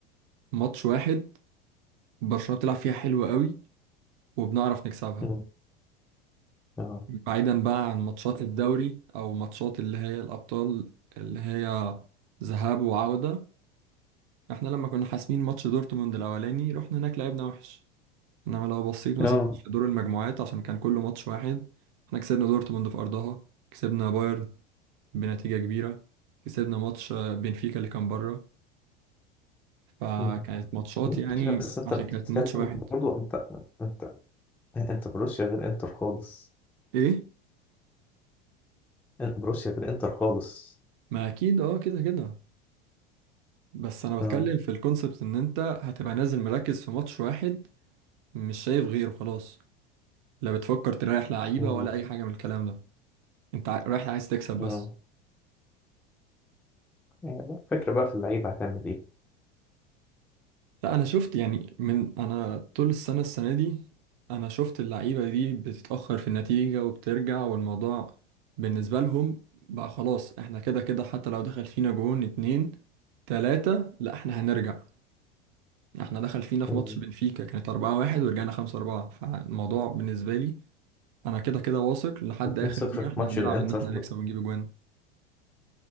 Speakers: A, on the right; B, in the centre.
A: ماتش واحد برشلونة بتلعب فيها حلو قوي وبنعرف نكسبها
B: مم. اه
A: بعيدا بقى عن ماتشات الدوري أو ماتشات اللي هي الأبطال اللي هي ذهاب وعودة إحنا لما كنا حاسمين ماتش دورتموند الأولاني رحنا هناك لعبنا وحش انما لو بصيت مثلا
B: اه
A: في دور المجموعات عشان كان كله ماتش واحد احنا كسبنا دورتموند في ارضها كسبنا بايرن بنتيجة كبيرة كسبنا ماتش آه، بنفيكا اللي كان بره فكانت
B: مم.
A: ماتشات
B: ماشي
A: يعني
B: بس انت
A: عشان
B: بتتكلم
A: كانت ماتش واحد
B: برضه انت انت انت بروسيا غير انتر خالص
A: ايه
B: انت بروسيا غير انتر خالص
A: ما اكيد اه كده كده بس انا
B: اه
A: بتكلم في الكونسبت ان انت هتبقى نازل مركز في ماتش واحد مش شايف غيره خلاص لا بتفكر تريح لعيبة
B: مم.
A: ولا اي حاجة من الكلام ده انت ع- رايح عايز تكسب
B: اه
A: بس
B: يعني بقى الفكرة بقى في اللعيبة هتعمل ايه
A: لا انا شفت يعني من انا طول السنه السنه دي انا شفت اللعيبه دي بتتاخر في النتيجه وبترجع والموضوع بالنسبه لهم بقى خلاص احنا كده كده حتى لو دخل فينا جون اتنين تلاته لا احنا هنرجع احنا دخل فينا في
B: مم.
A: ماتش بنفيكا كانت أربعة واحد ورجعنا خمسة أربعة فالموضوع بالنسبة لي أنا كده كده واثق لحد
B: و2-0
A: آخر دقيقة
B: في
A: احنا
B: ماتش
A: هنلعب
B: الانتر
A: إن احنا نكسب ونجيب أجوان